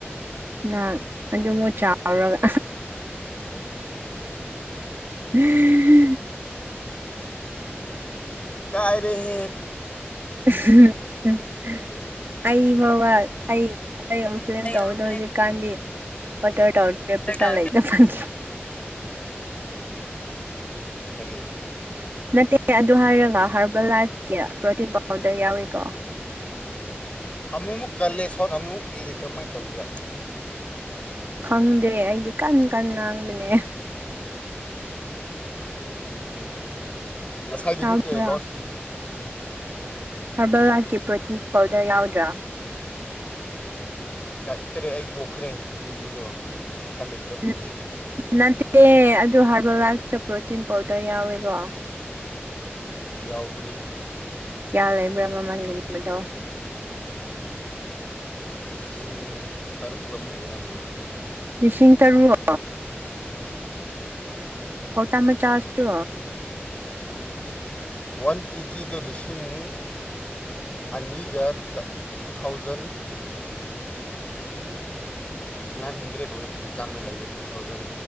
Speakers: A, on the right; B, on the left.
A: ꯅꯪ ꯑꯗꯨꯃꯨꯛ ꯆꯥꯎꯔꯒ <unintelligible>
B: ꯏꯀꯥꯏ ꯔꯦꯍꯦ꯫
A: <unintelligible> ꯑꯩ ꯕ ꯕ ꯑꯩ ꯑꯩ <unintelligible>
B: ꯑꯩ
A: ꯇꯧꯕꯗꯣ
B: ꯑꯃꯨꯛ ꯐ꯭ꯂꯦꯕꯔ
A: ꯍꯧꯖꯤꯛꯀꯥꯟꯗꯤ ꯑꯣꯗꯔ ꯇꯧꯗ꯭ꯔꯦ ꯄꯩꯁꯥ
B: ꯇꯧꯔꯦ
A: ꯂꯩꯇꯕꯒꯤ꯫
B: ꯀꯔꯤ꯫
A: ꯅꯠꯇꯦ ꯑꯗꯨ ꯍꯥꯏꯔꯒ ꯍꯥꯔꯕꯜ ꯂꯥꯏꯐꯀꯤ ꯄ꯭ꯔꯣꯇꯤꯟ ꯄꯥꯎꯗꯔ ꯌꯥꯎꯋꯤꯀꯣ꯫
B: ꯑꯃꯨꯃꯨꯛ ꯀꯜꯂꯦ ꯁꯣꯟ ꯑꯃꯨꯃꯛ ꯄꯤꯔꯦ ꯀꯃꯥꯏ ꯇꯧꯕ ꯖꯥꯠꯂꯣ꯫
A: ꯈꯪꯗꯦ ꯑꯩꯗꯤ ꯀꯟ ꯀꯟ ꯉꯥꯡꯕꯅꯦ꯫
B: ꯉꯁꯥꯏꯗꯤ
A: ꯇꯥꯕ꯭ꯔꯣ
B: ꯃꯨꯛꯀꯦ <unintelligible>
A: ꯍꯥꯔꯕꯜ ꯂꯥꯏꯐꯀꯤ ꯄ꯭ꯔꯣꯇꯤꯟ ꯄꯥꯎꯗꯔ ꯌꯥꯎꯗ꯭ꯔꯥ꯫
B: ꯀꯛꯇ꯭ꯔꯦ ꯑꯩ ꯇꯣꯛꯈ꯭ꯔꯦ ꯑꯗꯨꯒꯨꯝꯕꯗꯣ ꯄꯩꯁꯥ ꯂꯩꯇꯕꯒꯤ꯫
A: ꯎꯝ ꯅꯠꯇꯦ ꯑꯗꯨ ꯍꯥꯔꯕꯜ ꯂꯥꯏꯐꯇ ꯄ꯭ꯔꯣꯇꯤꯟ ꯄꯥꯎꯗꯔ ꯌꯥꯎꯋꯦꯀꯣ꯫
B: ꯌꯥꯎꯕꯅꯦ꯫
A: ꯀꯌꯥ ꯂꯩꯕ꯭ꯔꯥ ꯃꯃꯟꯒꯨꯝꯕꯗꯣ꯫
B: ꯂꯤꯁꯤꯡ ꯇꯔꯨꯛꯂꯝ ꯑꯣꯏꯔꯝꯒꯅꯤ꯫
A: ꯂꯤꯁꯤꯡ ꯇꯔꯨꯛ꯫
B: ꯎꯝ꯫
A: ꯕꯣꯇꯟ ꯃꯆꯥꯁꯨ꯫
B: ꯋꯥꯟ ꯀꯦꯖꯤꯗ ꯂꯤꯁꯤꯡ ꯑꯅꯤꯒ ꯆ ꯇꯨ ꯊꯥꯎꯖꯟ ꯅꯥꯏꯟ ꯍꯟꯗ꯭ꯔꯦꯗ ꯑꯣꯏ ꯆꯥꯡꯗ ꯂꯩꯕ ꯇꯨ ꯊꯥꯎꯖꯟ